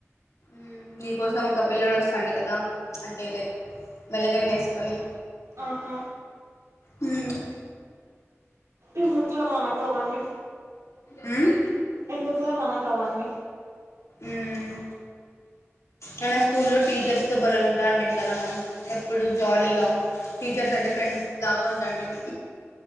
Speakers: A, on the left; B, on the right.
A: ఉమ్ నీకోసం ఒక పిల్లోడు వస్తాండే కదా ప్చ్ అంటే లైక్ మెల్లకన్ను వేసుకొని
B: ఆహా
A: ఉమ్
B: ఎందుకులే మనకు అవన్నీ
A: ఉమ్
B: ఎందుకులే మనకు అవన్నీ
A: ఉమ్ అయిన స్కూల్లో టీచర్స్ తో భలే ఉంటాంటిమి కదా మనం ఎప్పుడు జాలీగా టీచర్స్ అంటే ఫ్రెండ్స్ లాగా ఉంటాంటిమి